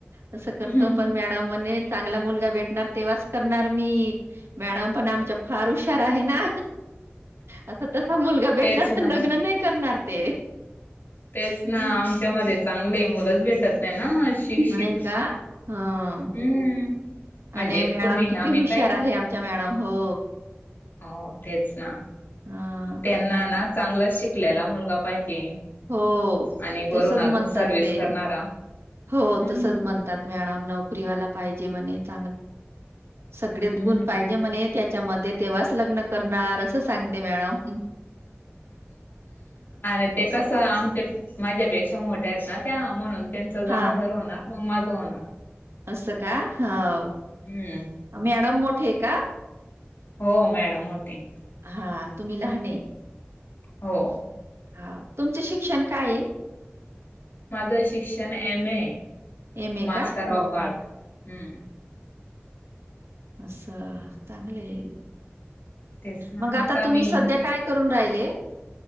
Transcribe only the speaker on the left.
हम्म
तेच ना
तेच ना
आमच्यामध्ये चांगले मुलंच भेट त नाही ना शिक्षित
हम्म म्हणजे
तुम्ही
ना मी
काय
हो तेच ना
त्यांना ना चांगला शिकलेला मुलगा पाहिजे
आणि
बरून अजून
सर्विस
करणारा
हम्म
हम्म
आणि ते कस आम माझ्यापेक्षा मोठ्या आहेत ना त्या म्हणून त्यांच जागोदर
होणार मग माझं होणार
हम्म
हो मॅडम होते
हो
माझं शिक्षण एम ए
मास्टर
ऑफ आर्ट ह्
तेच ना
मी